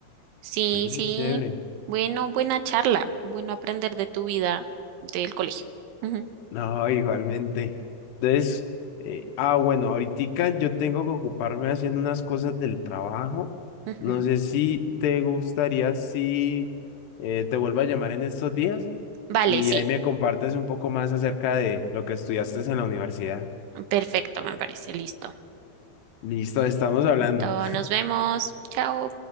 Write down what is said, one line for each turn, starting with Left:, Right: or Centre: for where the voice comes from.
Right: sí,
Left: chévere,
Right: sí.
Left: chévere.
Right: Bueno, buena charla. Bueno aprender de tu vida del colegio. Ujú,
Left: No, igualmente. Entonces, eh, ah, bueno, ahorita yo tengo que ocuparme haciendo unas cosas del trabajo.
Right: ujú.
Left: No sé si te gustaría si eh, te vuelvo a llamar en estos días
Right: Vale,
Left: y
Right: sí.
Left: ahí me compartes un poco más acerca de lo que estudiaste en la universidad.
Right: Perfecto, me parece. Listo.
Left: Listo, estamos hablando.
Right: Entonces, nos vemos. Chao.